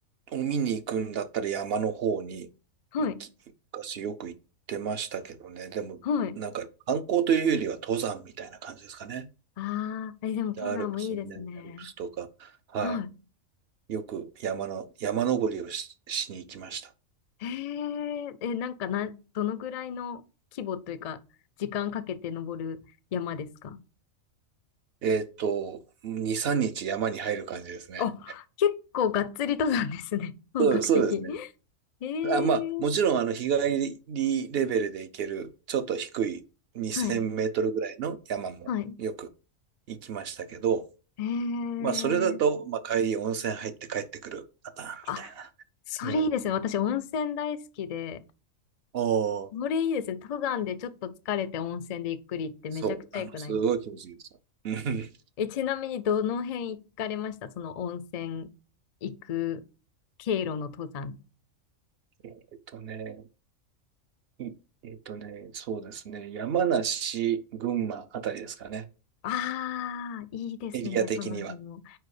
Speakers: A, on the right (about 60°); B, on the left (about 75°).
A: を見に行くんだったら山の方に行き、
B: はい。
A: 昔よく行ってましたけどね。でも、
B: はい。
A: なんか観光というよりは登山みたいな感じですかね。
B: ああえ、でも登山もいいですね。
A: 北アルプス、南アルプスとか、はい。
B: はい。
A: よく山の、山登りをし、しに行きました。
B: えー、え、なんかな、どのぐらいの規模というか、時間かけて登る山ですか
A: えっと、2、3日山に入る感じですね。
B: あ、結構がっつり登山ですね。<laughs> 本格的。
A: そう、そうですね。
B: ええ
A: あ、まあ、もちろん、あの、日帰りレベルで行ける、ちょっと低い2000メートルぐらいの山もよく
B: はい、はい。
A: 行きましたけど、
B: ええ
A: まあ、それだと、まあ、帰り温泉入って帰ってくるパターンみたいな。
B: あ、それいいですね。
A: うん。
B: 私、温泉大好きで。
A: おお
B: これいいですね。登山でちょっと疲れて温泉でゆっくりってめちゃくちゃ良くないです
A: そう、あの、すごい気持ちいいですよ。うん
B: え、ちなみにどの辺行かれましたその温泉行く経路の登山。
A: えっとね、いえっとね、そうですね、山梨、群馬あたりですかね。
B: ああ、いいですね。
A: エリア的には。
B: その辺も。